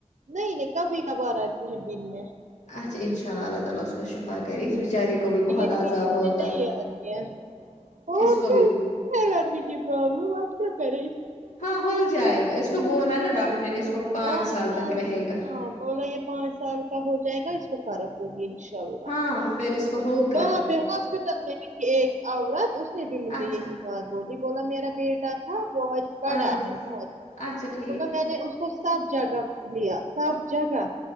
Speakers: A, on the right; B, on the left.
A: نہیں نہیں کبھی کبار آتی ہیں دن میں
B: اچھا انشاء اللہ اللہ تعالی کو شفا کرے اس بیچاری
A: ہاں
B: کو بھی بہت
A: نیند
B: عذاب
A: ند
B: ہوتا
A: میں نہیں آتی ہے اور
B: اس کو
A: کیا
B: بھی
A: الرجی کی پرابلم آپ کیا کرے
B: ہاں ہو جائے گا اس کو بولا نا ڈاکٹر نے اس کو پانچ
A: <unintelligible>
B: سال
A: تو
B: تک رہے گا
A: ہاں بوول یہ پانچ سال کا ہو جائے گا اس کو فرق ہوگی انشاء اللہ
B: ہا پھر اس کو ہوگ
A: وہاں پہ ہاسپٹل میں بھی کہ ایک عورت اس نے بھی مجھے
B: اچھا
A: یہی بات بولی بولا میرا بیٹا تھا وہ آج پڑا
B: ہاں
A: ہے بہت
B: اچھا ٹھیک
A: ہو میں نے اس کو صاف جگہ لیا صاف جگہ